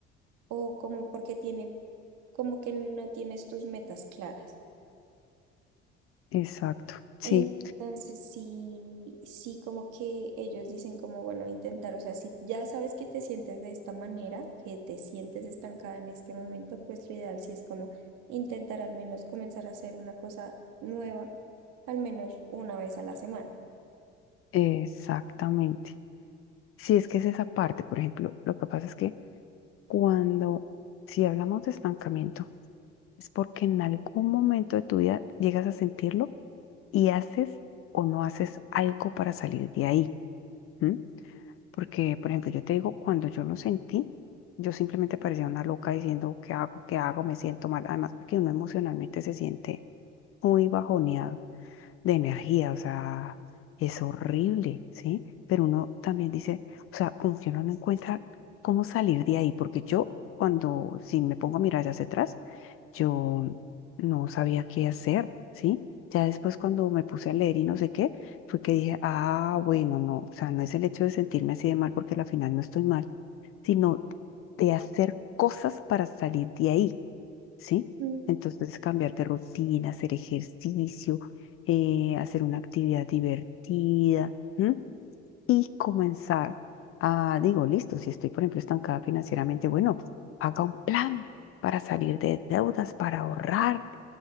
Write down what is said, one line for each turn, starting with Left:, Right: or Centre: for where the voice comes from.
Right: o como porque tiene, como que no tienes tus metas claras.
Left: exacto. Sí,
Right: Entonces, sí, sí, como que ellos dicen como, bueno, intentar, o sea, si ya sabes que te sientes de esta manera, que te sientes estancada en este momento, pues lo ideal sí es como intentar al menos comenzar a hacer una cosa nueva, al menos una vez a la semana.
Left: exactamente. Sí, es que es esa parte, por ejemplo, lo que pasa es que cuando, si hablamos de estancamiento, es porque en algún momento de tu vida llegas a sentirlo y haces o no haces algo para salir de ahí. ¿m? Porque, por ejemplo, yo te digo, cuando yo lo sentí, yo simplemente parecía una loca diciendo, ¿qué hago? ¿Qué hago? Me siento mal. Además, porque uno emocionalmente se siente muy bajoneado de energía, o sea, es horrible, ¿sí? Pero uno también dice, o sea, como que uno no encuentra cómo salir de ahí, porque yo cuando, si me pongo a mirar hacia atrás, yo no sabía qué hacer, ¿sí? Ya después cuando me puse a leer y no sé qué, fue que dije, ah, bueno, no, o sea, no es el hecho de sentirme así de mal porque al final no estoy mal, sino de hacer cosas para salir de ahí. ¿sí?
Right: Ujú,
Left: Entonces, cambiar de rutina, hacer ejercicio, eh, hacer una actividad divertida, ¿m? Y comenzar a, digo, listo, si estoy, por ejemplo, estancada financieramente, bueno, haga un plan para salir de deudas, para ahorrar,